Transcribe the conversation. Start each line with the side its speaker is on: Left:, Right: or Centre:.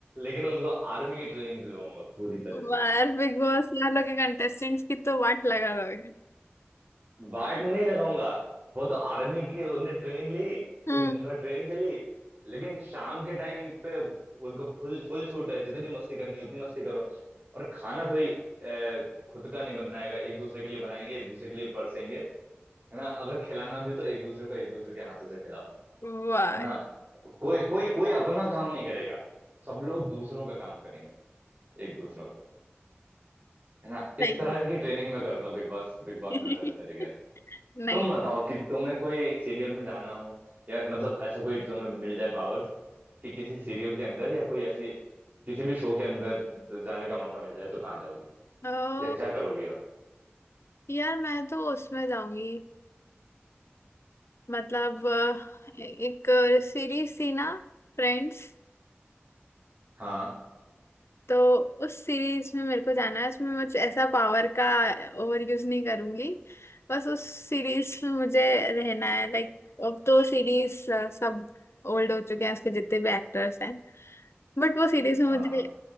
Right: लेकिन उनको आर्मी की ट्रेनिंग दिलवाऊंगा पूरी तरह
Left: वाह
Right: से
Left: यार बिग बॉस <laughs> यार लोग के कंटेस्टेंट्स की तो वाट लगा दोगे
Right: वार्ड नहीं लगाऊंगा वो तो आर्मी की उनने ट्रेनिंग ली
Left: हम्म
Right: तो दिन भर ट्रेनिंग चली लेकिन शाम के टाइम पे उनको फुल फुल छूट है जितनी मस्ती करनी है, उतनी मस्ती करो और खाना कोई अ, खुद का नहीं बनाएगा एक दूसरे के लिए बनाएंगे एक दूसरे के लिए परसेंगे है ना अगर खिलाना भी तो एक दूसरे को एक दूसरे के हाथों से खिलाओ
Left: वाह
Right: है ना
Left: यार,
Right: कोई कोई कोई अपना काम नहीं करेगा सब लोग दूसरों का काम करेंगे एक दूसरों का है ना
Left: सही
Right: इस तरह की ट्रेनिंग मैं करूंगा बिग बॉस बिग बॉस
Left: है।
Right: में अगर चले गया
Left: <laughs>
Right: तो।
Left: नहीं
Right: तुम बताओ कि तुम्हें कोई सीरियल में जाना हो या मतलब ऐसा कोई तुम्हें मिल जाए पावर्स कि किसी सीरियल के अंदर या कोई ऐसे किसी भी शो के अंदर तो जाने का मौका मिल जाए तो कहाँ जाओगी
Left: अ,
Right: या क्या करोगी और
Left: यार मैं तो उसमें जाऊंगी मतलब अ, एक सीरीज थी ना फ्रेंड्स
Right: हाँ
Left: तो उस सीरीज में मेरे को जाना है उसमें मुझे ऐसा पावर का ओवर यूज नहीं करूंगी बस उस सीरीज में मुझे रहना है लाइक अब तो सीरीज सब ओल्ड हो चुके हैं उसके जितने भी एक्टर्स हैं बट वो सीरीज में
Right: हाँ
Left: मुझे